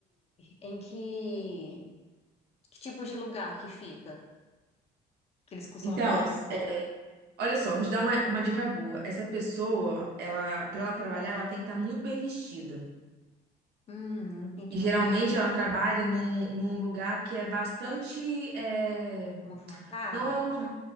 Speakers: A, on the left (about 35°); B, on the right (about 75°).
A: em que, que tipo de lugar que fica? Que eles costumam
B: Então,
A: trabalhar?
B: é, olha só, vou te dar uma, uma dica boa. Essa pessoa, ela, para ela trabalhar, ela tem que estar muito bem vestida.
A: Hum, entendi
B: E
A: muito
B: geralmente
A: bem.
B: ela trabalha num, num lugar que é bastante. é,
A: Movimentado?
B: não é um lugar.